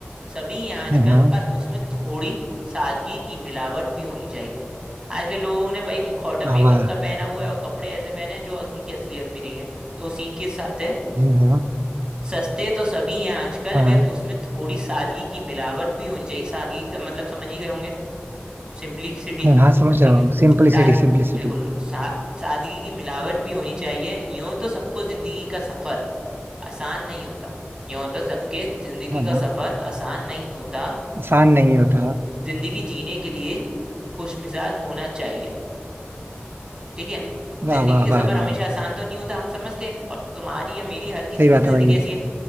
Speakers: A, on the right (about 25°); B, on the right (about 60°).
A: सभी हैं आजकल
B: हाँ हाँ।
A: पर उसमें थोड़ी सादगी की मिलावट भी होनी चाहिए आजकल लोगों ने भाई मुखौटा
B: वाह
A: मेकअप
B: वाह
A: का पहना हुआ है और कपड़े ऐसे पहने हैं जो उनकी असलियत भी नहीं है तो उसी के साथ है
B: हम्म, हम्म,
A: सस्ते तो सभी हैं आजकल
B: हाँ
A: वे
B: हाँ
A: उसमें थोड़ी सादगी की मिलावट भी होनी चाहिए सादगी का मतलब समझ ही गए होंगे सिंपलिसिटी
B: हाँ हाँ, समझ
A: ठीक
B: रहा
A: है
B: हूँ सिंपलिसिटी
A: साद
B: सिंपलिसिटी
A: बिल्कुल बिल्कुल सा, सादगी की मिलावट भी होनी चाहिए यूं तो सबको जिंदगी का सफर आसान नहीं होता ये होता सबके जिंदगी
B: हाँ
A: का
B: हाँ
A: सफर आसान नहीं होता
B: आसान नहीं होता
A: जिंदगी जीने के लिए खुश मिजाज होना चाहिए ठीक है जिंदगी
B: वाह वाह
A: का
B: वाह
A: सफर
B: वाह
A: हमेशा आसान तो नहीं होता हम समझते हैं और तुम्हारी या मेरी हर किसी
B: सही
A: की
B: बात
A: जिंदगी
B: है भाई
A: ऐसी है